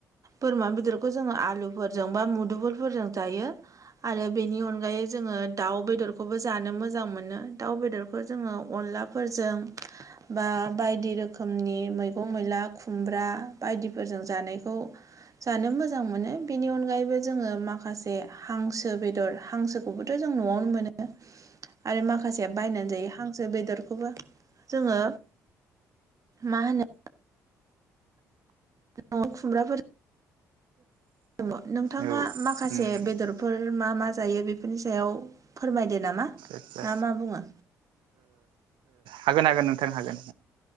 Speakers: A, on the right; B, on the right.
A: बोरमा बेदरखौ जोङो आलु फोरजों बा मुदुबुलफोरजों जायो। आरो बेनि अनगायै जोङो दाउ बेदरखौबो जानो मोजां मोनो दाउ बेदरखौ जोङो अनला फोरजों। बा बायदि रोखोमनि मैगं मैला खुमब्रा बायदिफोरजों जानायखौ। जानो मोजां मोनो। बेनि अनगायैबो जोङो माखासे हांसो बेदर हांसोखौबोथ' जों न'आवनो मोनो। आरो माखासेया बायनानै जायो हांसो बेदरखौबो जोङो मा होनो द खुमब्राफोर दङ नोंथाङा
B: औ आदसा
A: माखासे बेदरफोर मा मा जायो बेफोरनि सायाव फोरमायदो नामा
B: आदसा आदसा
A: ना मा बुङो
B: हागोन हागोन नोंथां हागोन